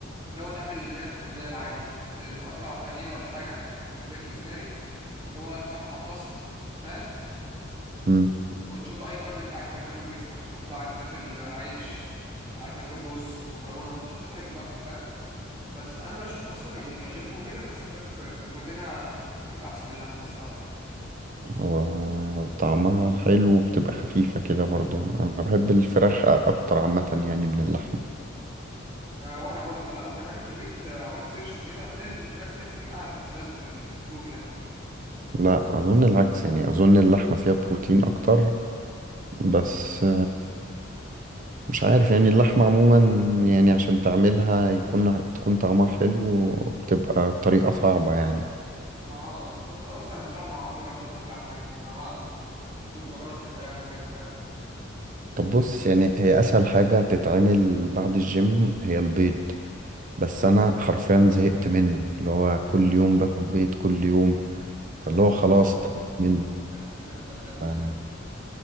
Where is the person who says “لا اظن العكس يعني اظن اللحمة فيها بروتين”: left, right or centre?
Right